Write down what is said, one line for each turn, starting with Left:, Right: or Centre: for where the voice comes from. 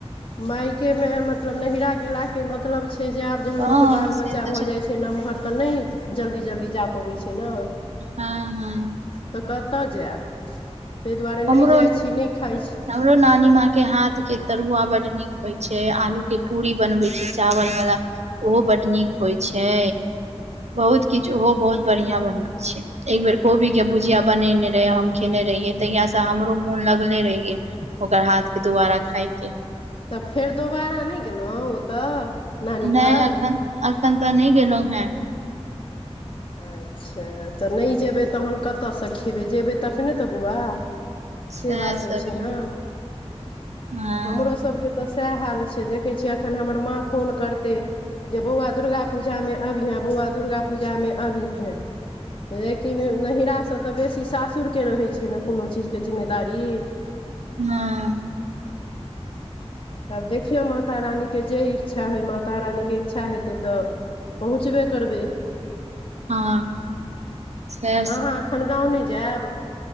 Left: मायके मे मतलब नहीरा गेला के मतलब छै छै जे आब जहन
Right: हँ
Left: लोकके बाल बच्चा
Right: से तऽ
Left: भऽ जाइ छै नमहर तऽ नहि जल्दी जल्दी जा पबैऽ छै ने
Right: हँ हँ
Left: तऽ कतऽ जायब ताहि दुआरे
Right: हमरो
Left: नहि जाइ छी नहि खाइ छी
Right: हमरो नानी माँ के हाथ के तरुआ बड्ड नीक होइ छै आलू के पूरी बनबै छै चावल वाला ओहो बड्ड नीक होइ छै बहुत किछु ओहो बहुत बढ़िया बनबैय छै एक बेेर कोबी के भुजिया बनेने रहे हम खेने रहियै तहिया से हमरो मोन लगले रहिये ओकर हाथ के दुबारा
Left: अ
Right: खाय के
Left: तऽ फेर दोबारा नहि गेलहुँ ओतऽ नानी
Right: नहि
Left: लग
Right: एखन एखन तऽ नहि गेलहुँ हें
Left: अच्छा तऽ नहि जेयबै तखन कतयसँ खेबै जयबै तखने तऽ बौआ
Right: सएह
Left: से बात
Right: सब
Left: होइ छै
Right: य
Left: न
Right: हँ
Left: हमरो सभके तऽ सएह हाल छै देखै छियै एखन हमर माँ फोन करतै जे बौआ दुर्गा पूजा में अभीहें बौआा दुर्गा पूजा में अभीहें लेकिन नहिरासँ तऽ बेसी सासुरके रहै छै ने कोनो चीजके जिम्मेदारी
Right: हँ
Left: तब देखियौ माता रानीके जे इच्छा होय माता रानीके इच्छा हेतै तऽ पहुँचबे करबै
Right: हँ सएह
Left: अहाँ अखन गाँव नहि जायब